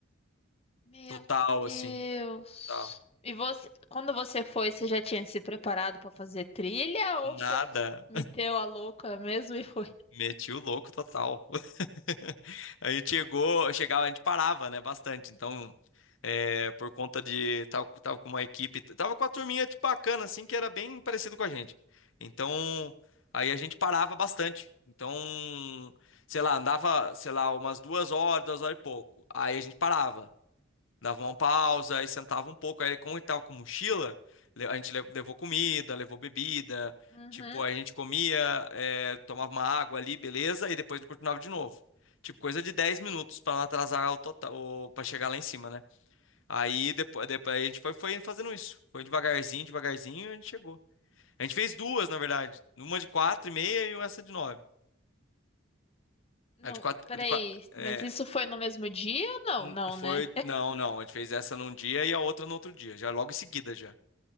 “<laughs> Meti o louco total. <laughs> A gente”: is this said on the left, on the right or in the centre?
Left